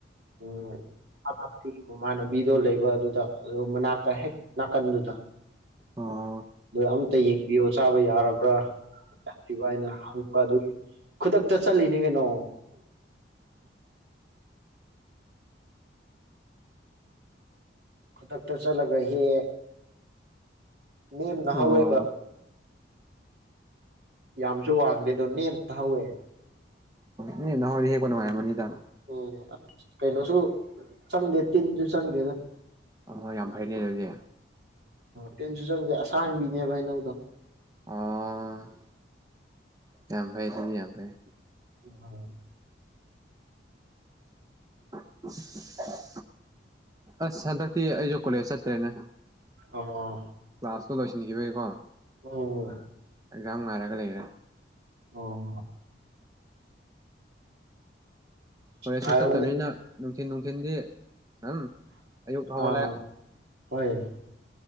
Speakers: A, on the right (about 65°); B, on the right (about 20°).
A: ꯎꯝ <unintelligible> ꯃꯃꯥꯟꯅꯕꯤꯗꯣ ꯂꯩꯕ ꯑꯗꯨꯗ ꯑꯗꯨ ꯃꯅꯥꯛꯇ ꯍꯦꯛ ꯅꯥꯀꯟꯗꯨꯗ
B: ꯑꯣ
A: ꯑꯝꯇ ꯌꯦꯡꯕꯤꯌꯣ ꯆꯥꯕ ꯌꯥꯔꯕ꯭ꯔꯥꯕ ꯌꯥꯗꯔ꯭ꯤꯕꯥꯅꯥ ꯍꯪ ꯑꯗꯨ ꯈꯨꯗꯛꯇ ꯆꯠꯂꯤꯅꯤ ꯀꯩꯅꯣ ꯈꯨꯗꯛꯇ ꯆꯠꯂꯒ ꯍꯦꯛꯑꯦ ꯅꯦꯝꯅ
B: ꯑꯣ
A: ꯍꯧꯋꯦꯕ ꯌꯥꯝꯁꯨ ꯋꯥꯡꯗꯦꯗꯨ ꯅꯦꯝꯅ ꯍꯧꯏ
B: ꯅꯦꯝꯅꯍꯧꯔꯗꯤ ꯍꯦꯛꯄ ꯅꯨꯡꯉꯥꯏꯔꯝꯅꯤꯗ
A: ꯎꯝ ꯀꯩꯅꯣꯁꯨ ꯆꯪꯗꯦ ꯇꯤꯟꯖꯨ ꯆꯪꯗꯦꯗ
B: ꯍꯣꯏ ꯌꯥꯝ ꯐꯩꯅꯦ ꯑꯗꯨꯗꯤ
A: ꯇꯤꯟꯖꯨ ꯆꯪꯗꯦ ꯑꯁꯥꯡꯕꯤꯅꯦꯕꯥ ꯍꯩꯅꯧ ꯗꯣ
B: ꯑꯣ ꯌꯥꯝ ꯐꯩ ꯑꯗꯨꯗꯤ ꯌꯥꯝ ꯐꯩ
A: <unintelligible>
B: <unintelligible> ꯑꯁ ꯍꯟꯗꯛꯇꯤ ꯑꯩꯖꯨ ꯀꯣꯂꯦꯖ ꯆꯠꯇ꯭ꯔꯦꯅꯦ
A: ꯑꯣꯍꯣ
B: ꯀꯂ꯭ꯥꯁꯇꯨ ꯂꯣꯏꯁꯟꯈꯤꯕꯩ ꯀꯣ
A: ꯎꯝ
B: ꯑꯦꯛꯖꯥꯝ ꯉꯥꯏꯔꯒ ꯂꯩꯔꯦ
A: ꯑꯣ
B: ꯍꯣꯏ ꯑꯩꯁꯨ
A: ꯍꯥꯏꯔꯝꯅꯤ
B: ꯆꯠꯇꯝꯅꯤꯅ ꯑꯗꯨꯝ ꯊꯤꯟ ꯅꯨꯡꯊꯤꯟꯗꯤ ꯑꯗꯨꯝ ꯑꯌꯨꯛ
A: ꯑꯥ
B: ꯍꯧꯒꯠꯂꯦ
A: ꯍꯣꯏ